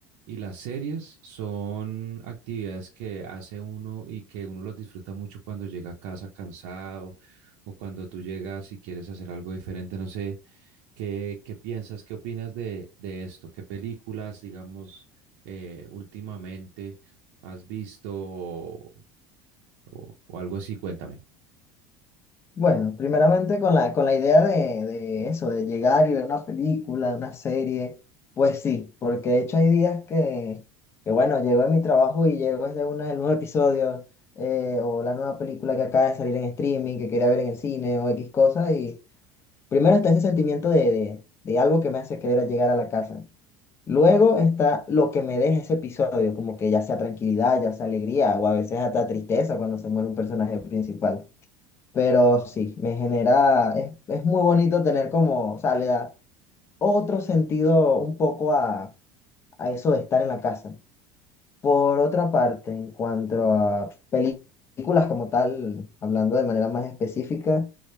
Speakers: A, on the right; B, on the left.
A: y las series son actividades que hace uno y que uno las disfruta mucho cuando llega a casa cansado o cuando tú llegas y quieres hacer algo diferente. No sé, ¿qué, qué piensas, qué opinas de, de esto? ¿Qué películas, digamos, eh, últimamente has visto o, o- o algo así? Cuéntame.
B: Bueno, primeramente con la, con la idea de, de eso, de llegar y ver una película, una serie, pues sí, porque de hecho hay días que, que bueno, llego de mi trabajo y llego desde una, el nuevo episodio eh, o la nueva película que acaba de salir en streaming, que quería ver en el cine o X cosa y... Primero está ese sentimiento de, de- de algo que me hace querer llegar a la casa. Luego está lo que me deja ese episodio, como que ya sea tranquilidad, ya sea alegría, o a veces hasta tristeza cuando se muere un personaje principal. Pero sí, me genera, es, es muy bonito tener como, o sea, le da otro sentido un poco a, a eso de estar en la casa. Por otra parte, en cuanto a peli- películas como tal, hablando de manera más específica,